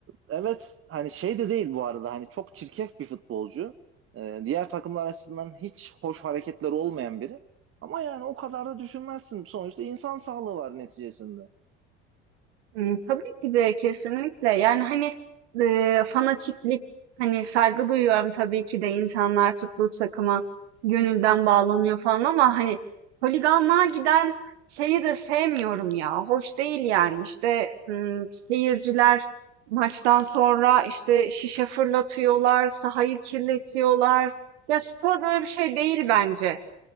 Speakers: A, on the right; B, on the right.
A: evet hani şey de değil bu arada hani çok çirkef bir futbolcu. Ee, diğer takımlar açısından hiç hoş hareketler olmayan biri. Ama yani o kadar da düşünmezsin. Sonuçta insan sağlığı var neticesinde.
B: Imm, tabii ki de kesinlikle. Yani, hani, eee, fanatiklik, hani, saygı duyuyorum tabii ki de insanlar tuttuğu takıma gönülden bağlanıyor falan ama, hani, holiganlığa giden şeyi de sevmiyorum ya. Hoş değil yani. İşte, ımm, seyirciler maçtan sonra, işte, şişe fırlatıyorlar, sahayı kirletiyorlar. Ya, spor böyle bir şey değil bence.